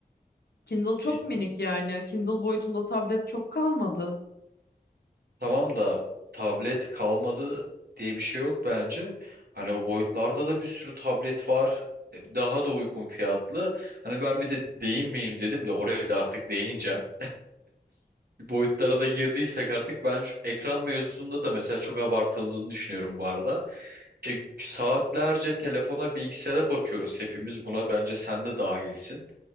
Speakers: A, on the left; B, on the right.
A: Kindle çok
B: E,
A: minik yani. Kindle boyutunda tablet çok kalmadı.
B: tamam da tablet kalmadı diye bir şey yok bence. Hani o boyutlarda da bir sürü tablet var. E, Daha da uygun fiyatlı. Hani ben bir de değinmeyeyim dedim de oraya da artık değineceğim. boyutlara da girdiysek artık ben şu ekran mevzusunda da mesela çok abartıldığını düşünüyorum bu arada. E, saatlerce telefona, bilgisayara bakıyoruz hepimiz. Buna bence sen de dahilsin.